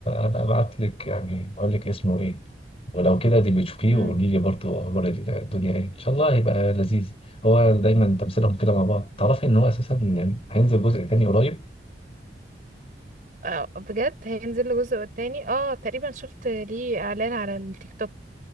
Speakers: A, on the left (about 35°); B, on the right (about 45°).
A: هبقى ابعت لك يعني اقول لك اسمه ايه ولو كده دي بتشوفيه
B: مم.
A: وقولي لي برضه اخبار الدنيا ايه ان شاء الله هيبقى لذيذ هو دايما تمثيلهم كده مع بعض تعرفي ان هو اساسا هينزل جزء تاني قريب
B: اه بجد هينزل له جزء تاني اه تقريبا شفت ليه اعلان على التيك توك